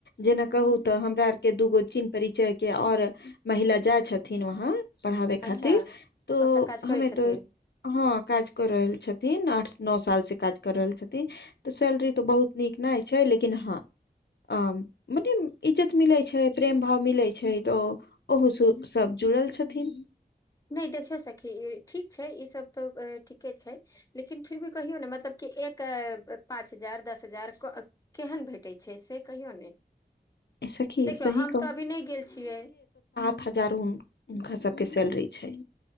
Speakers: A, on the left (about 75°); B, on the left (about 20°).
A: जेना कहू
B: हँ
A: तऽ हमरा आर के दूगो चीन्ह परिचय के और महिला जा छथिन वहाँ पढ़ावे
B: अच्छा
A: खातिर तो
B: ओतऽ काज करै
A: हमे
B: छथिन
A: तो हँ काज कऽ रहल छथिन आठ नअ साल सँ काज कर रहल छथिन सैलरी तऽ बहुत नीक नहि छै लेकिन हँ आ मने इज्जत मिलैत छै प्रेम भाव मिलैत छै तऽ ओहो सु सभ जुड़ल छथिन
B: नहि देखियो सखी ठीक छै ई सब तऽ ठीके छै लेकिन फिर भी कहियौ ने मतलब कि एक पाँच हजार दस हजार केहन भेट कटै छै से कहियौ ने
A: ए सखी
B: देखियौ
A: सही
B: हम तऽ अभी नहि गेल छियै
A: हजारो हुनका सबके सैलरी छै